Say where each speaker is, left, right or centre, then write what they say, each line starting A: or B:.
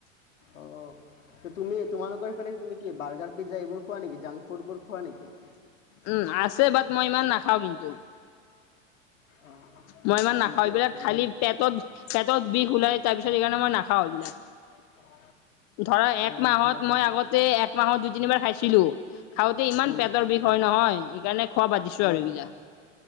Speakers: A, on the left; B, on the left.
A: অঁ। তুমি তোমালোকৰ সফালে তুমি কি বাৰ্গাৰ-পিজ্জা এইবোৰ খোৱা নেকি, জাং ফুডবোৰ খোৱা নেকি?
B: উম, আছে বাট মই ইমান নাখাওঁ কিন্তু।
A: অঁ।
B: মই ইমান নাখাওঁ,
A: ঠিকে
B: এইবিলাক
A: আছে
B: খালী
A: নাই
B: পেটত-পেটত বিষ ওলাই তাৰপিছত সকাৰণে মই নাখাওঁ এইবিলাক।
A: হয়। <unintelligible>
B: ধৰা এক
A: অঁ
B: মাহত
A: হয়
B: মই আগত তে একমাহত দুই তিনিবাৰ খাইছিলো, খাওঁতে ইমান
A: উম,
B: পেটৰ বিষ হয় নহয় সেইকাৰণে খোৱা বাদ দিছো
A: হয়।
B: আৰু এইগিলা